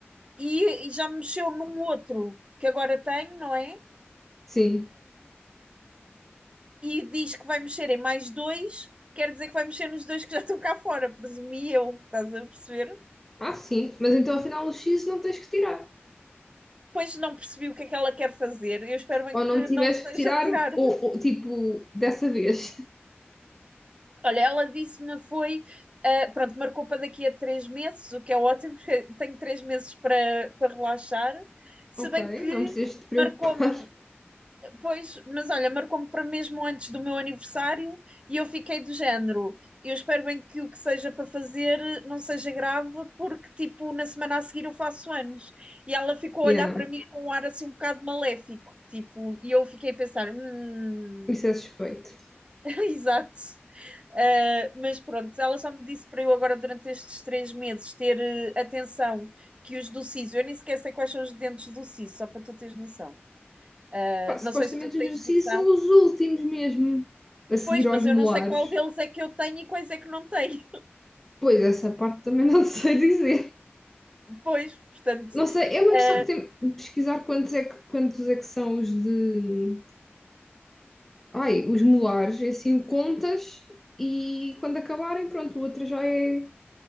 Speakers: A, on the right (about 25°); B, in the centre.
A: e, e já mexeu num outro que agora tenho, não é?
B: Sim,
A: E diz que vai mexer em mais dois, quer dizer que vai mexer nos dois que já estão cá fora, presumi eu, estás a perceber?
B: Ah, sim, mas então afinal o X não tens que tirar.
A: Pois não percebi o que é que ela quer fazer, eu espero bem
B: Ou
A: que
B: não tiveste
A: não seja
B: que tirar,
A: tirar.
B: ou, ou, tipo, dessa vez. <laughs>
A: Olha, ela disse-me foi, ah, pronto, marcou para daqui a três meses, o que é ótimo, <laughs> porque tenho três meses para, para relaxar. Se
B: Ok,
A: bem que
B: não precisas te preocupar.
A: marcou-me,
B: <laughs>
A: pois, mas olha, marcou-me para mesmo antes do meu aniversário e eu fiquei do género. Eu espero bem que o que seja para fazer não seja grave, porque tipo, na semana a seguir eu faço anos. E ela ficou
B: Yeah,
A: a olhar para mim com um ar assim um bocado maléfico, tipo, e eu fiquei a pensar, hum,
B: isso é suspeito.
A: <laughs> exato. Uh, mas pronto, ela só me disse para eu agora durante estes três meses ter uh, atenção que os do siso, eu nem sequer sei quais são os dentes do siso, só para tu teres noção. Uh,
B: Pá, supostamente
A: não sei se tu tens
B: os
A: noção.
B: X são os últimos mesmo a seguir
A: Pois, mas
B: aos molares.
A: eu não sei qual deles é que eu tenho e quais é que não tenho.
B: Pois, essa parte também não <laughs> sei dizer.
A: <laughs> Pois, portanto,
B: Não sei, é uma
A: uh,
B: questão de, tem- de pesquisar quantos é, que, quantos é que são os de. Ai, os molares. E assim contas e quando acabarem, pronto, o outro já é.